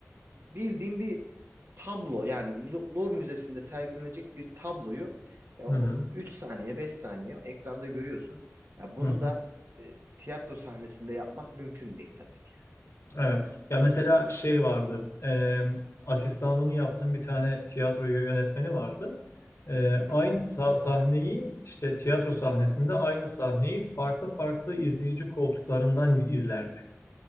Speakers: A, on the right; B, on the left.
A: bildiğim bir tablo yani Lu- Louvre Müzesi'nde sergilenecek bir tabloyu e, o
B: hı hı,
A: 3 saniye 5 saniye ekranda görüyorsun. Ya bunu
B: hı hı.
A: da e, tiyatro sahnesinde yapmak mümkün değil tabii ki.
B: Evet. Ya mesela şey vardı. E, asistanlığını yaptığım bir tane tiyatro yönetmeni vardı. E,
A: Hı hı.
B: aynı sa- sahneyi işte tiyatro sahnesinde aynı sahneyi farklı farklı izleyici koltuklarından iz- izlerdi.